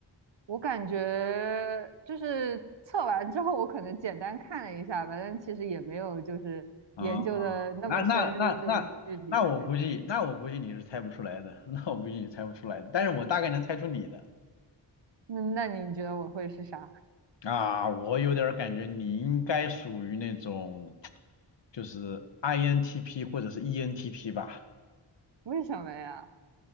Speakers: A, on the right; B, on the left.
A: 我感觉就是测完之后，我可能简单看了一下吧，但其实也没有就是研究的那么深入，
B: 啊？那那那那那我估计，
A: 就是具体那个是哪个。
B: 那我估计你是猜不出来的，<laughs> 那我估计你猜不出来的，但是我大概能猜出你的。
A: 那那你觉得我会是啥？
B: 啊，我有点儿感觉你应该属于那种，就是 INTP 或者是 ENTP 吧。
A: 为什么呀？